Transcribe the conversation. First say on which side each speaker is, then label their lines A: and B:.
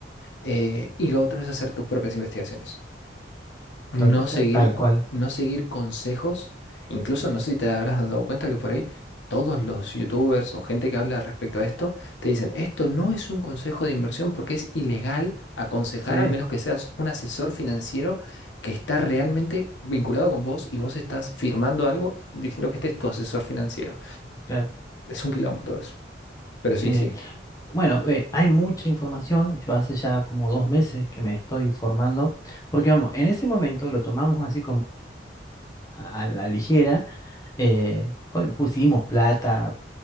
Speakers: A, on the left; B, on the left.
A: Eh, y lo otro es hacer tus propias investigaciones no
B: tal, cu- ta-
A: seguir,
B: tal cual.
A: co- no seguir consejos. Incluso no sé si te habrás dado cuenta que por ahí todos los youtubers o gente que habla respecto a esto te dicen, esto no es un consejo de inversión porque es ilegal aconsejar,
B: Sí,
A: al menos que seas un asesor financiero que está realmente vinculado con vos y vos estás firmando algo diciendo que este es tu asesor financiero.
B: claro.
A: Es un quilombo todo eso. Pero sí,
B: Sí.
A: sí.
B: Bueno, eh, hay mucha información. Yo hace ya como dos meses que me estoy formando, porque vamos, en ese momento lo tomamos así a la ligera. eh, joven, pusimos plata,